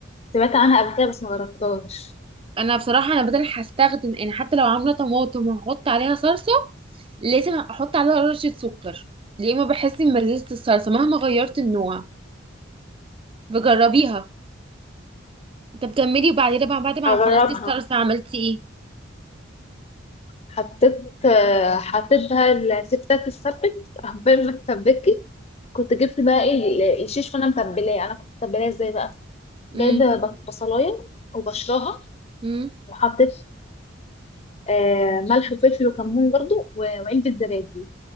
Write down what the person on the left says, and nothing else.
سمعت عنها قبل كده بس ما جربتهاش
هجربها
حطيت آه، حطيت بقى الستات تتسبك عقبال ما تتسبكي كنت جبت بقى ايه ال- الشيش وانا متبلاه انا كنت متبلاه ازاي بقى
جايبه ب- بصلايه وبشرها
وحطيت آه، ملح وفلفل وكمون برضو و- وعلبه زبادي